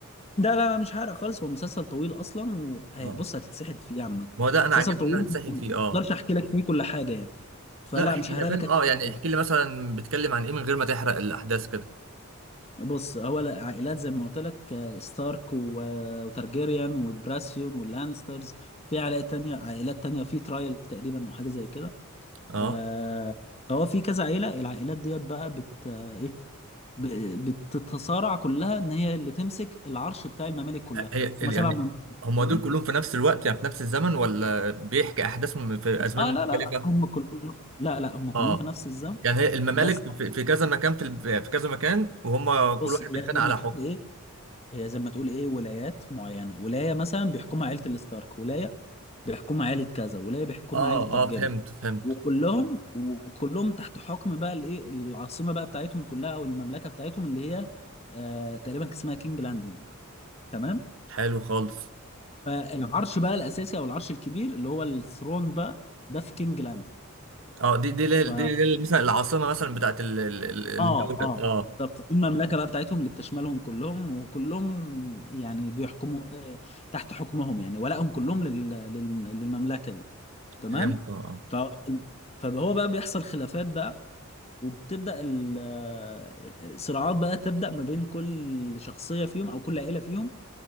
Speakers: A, on the left (about 30°); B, on the right (about 60°).
A: ده لا لا مش حرق خالص هو مسلسل طويل اصلا وبص
B: اه
A: هتتسحل فيه عامة
B: ما هو ده انا
A: مسلسل
B: عاجبني
A: طويل
B: ان انا هتسحل
A: ما
B: فيه اه
A: اقدرش احكي لك فيه كل حاجة يعني فلا
B: لا احكي
A: مش هحرق
B: فاهم
A: لك أي
B: اه يعني
A: حاجة.
B: احكي لي مثلا بتكلم عن ايه من غير ما تحرق الاحداث كده
A: بص هو العائلات زي ما قلت لك آه، ستارك و- آه، وتارجيريان وبراسيون واللانسترز في عائلات تانية عائلات تانية في ترايل تقريبا او حاجة زي كده
B: اه
A: آه، فهو في كذا عيلة العائلات ديت بقى بت آه، ايه ب- بتتصارع كلها ان هي اللي تمسك العرش بتاع الممالك كلها
B: هي ال-
A: هم سبع
B: يعني
A: ممالك
B: هم دول كلهم في نفس الوقت يعني في نفس الزمن ولا بيحكي احداث م- في ازمان
A: اه لا لا
B: مختلفه
A: لا هم كلهم لا لا هم كلهم
B: اه
A: في نفس الزمن
B: يعني هي الممالك
A: بس
B: في في كذا مكان في ال- في كذا مكان وهم كل
A: بص
B: واحد
A: هي
B: بيتخانق
A: زي
B: على
A: ما تقول
B: حكم
A: ايه هي زي ما تقول ايه ولايات معينه ولايه مثلا بيحكمها عيله الستارك ولايه بيحكمها عيله كذا ولايه بيحكمها
B: اه
A: عيله تارجيريان
B: اه فهمت فهمت
A: وكلهم وكلهم تحت حكم بقى الايه العاصمه بقى بتاعتهم كلها او المملكه بتاعتهم اللي هي آه تقريبا كان اسمها كينج لاندنج تمام
B: حلو خالص
A: فالعرش بقى الاساسي او العرش الكبير اللي هو الثرون بقى ده في كينج لاندنج
B: اه دي دي دي, دي,
A: ف
B: دي اللي هي مثلا العاصمة مثلا بتاعت ال- ال- ال- الدولة
A: اه اه
B: اه
A: بالظبط دي المملكه بقى بتاعتهم اللي بتشملهم كلهم وكلهم يعني بيحكموا آه، تحت حكمهم يعني ولائهم كلهم لل... لل... للمملكه دي تمام
B: فهمت اه آه.
A: ف... فهو بقى بيحصل خلافات بقى وبتبدا ال- آه، صراعات بقى تبدا ما بين كل شخصيه فيهم او كل عيله فيهم